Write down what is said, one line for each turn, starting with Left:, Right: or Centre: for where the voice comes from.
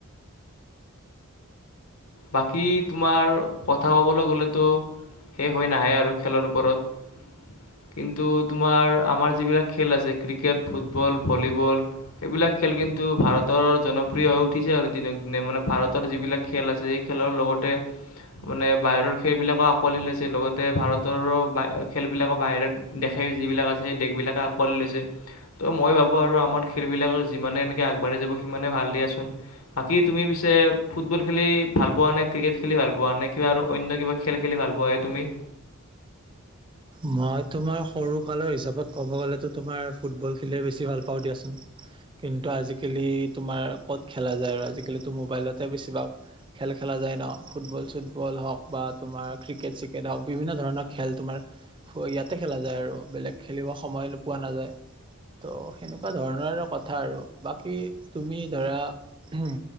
Left: বাকী তোমাৰ কথা কবলৈ গ'লে ত শেষ হৈ নাহে আৰু খেলৰ ওপৰত কিন্তু, তোমাৰ আমাৰ যিবিলাক খেল আছে ক্ৰিকেট ফুটবল ভলীবল সেইবিলাক খেল কিন্তু ভাৰত জনপ্ৰিয় হৈ উঠিছে আৰু দিনক দিনে মানে ভাৰতৰ যিবিলাক খেল আছে সেই খেলৰ লগতে মানে বাহিৰৰ খেলবিলাকে আঁকোৱালি লৈছে লগতে ভাৰতৰো খেলবিলাকো বাহিৰত দেশে যিবিলাক আছে সেই দেশবিলাক আকোৱালি লৈছে। ত' মই ভাবো আৰু আমাৰ খেলবিলাক যিমানে এনেকে আগবাঢ়ি যাব সিমানে ভাল দিয়াচোন। বাকী তুমি পিছে ফুটবল খেলি ভাল পোৱা নে ক্ৰিকেট খেলি ভাল পোৱা নে কিবা আৰু অন্য কিবা খেল খেলি ভাল পোৱা সে তুমি?
Right: মই, তোমাৰ সৰু কালৰ হিচাপত ক'ব গ'লেতো তোমাৰ ফুটবল খেলিয়ে বেছি ভাল পাওঁ দিয়াচোন। কিন্তু আজিকালি তোমাৰ ক'ত খেলা যায় আৰু আজিকালি তো মোবাইলতে বেছিভাগ খেল খেলা যায় ন। ফুটবল চুটবল হওক বা তোমাৰ ক্ৰিকেট চ্ৰিকেট হওক বিভিন্ন ধৰণৰ খেল তোমাৰ হো ইয়াতে খেলা যায় আৰু বেলেগ খেলিব সময় নোপোৱা নাযায়। ত' সেনেকুৱা ধৰণৰ কথা আৰু বাকী তুমি ধৰা উহু